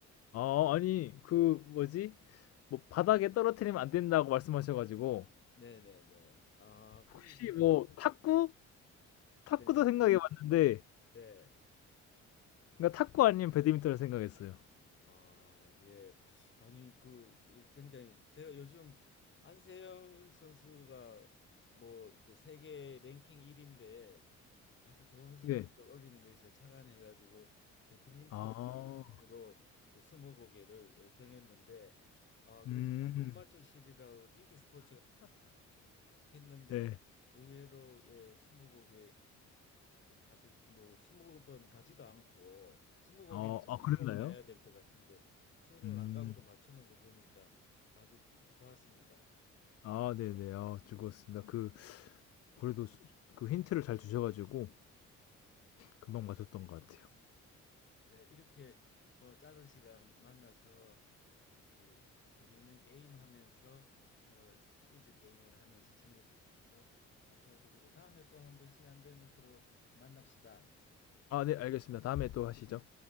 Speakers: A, on the left; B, on the left.
A: 아 아니 그 뭐지? 뭐 바닥에 떨어뜨리면 안 된다고 말씀하셔 가지고
B: 네네네. 아, 거기서
A: 혹시 뭐 탁구? 탁구도
B: 네,
A: 생각해 봤는데
B: 네.
A: 그러니까 탁구 아니면 배드민턴을 생각했어요.
B: 아, 예. 아니, 그 어, 굉장히 제가 요즘 안세영 선수가 뭐 이제 세계 랭킹 1인데 가서 좋은 성적을
A: 네.
B: 올리는 거에 있어 착안해 가지고 배드민턴
A: 아.
B: 로 그 스무고개를 어, 정했는데 아 그래서
A: 음.
B: 잘 못 맞추시리라고 인기 스포츠 했는데
A: 네.
B: 의외로 예 스무고개를 아주 뭐 스무 번 가지도 않고 스무고개니까
A: 어
B: 스무
A: 아 그랬나요?
B: 번 가야 될 것 같은데 스무 번
A: 음.
B: 안 가고도 맞추는 거 보니까 아주 좋았습니다.
A: 아 네네. 아 즐거웠습니다. 그 그래도 그 힌트를 잘 주셔 가지고 금방 맞췄던 것 같아요.
B: 네, 이렇게 뭐 짧은 시간 만나서 이렇게 재미있는 게임 하면서 어, 퀴즈 게임을 하면서 지낼 수 있어서 감사드리고 다음에 또 한 번 시간 되면 서로 만납시다.
A: 아 네 알겠습니다. 다음에 또 하시죠.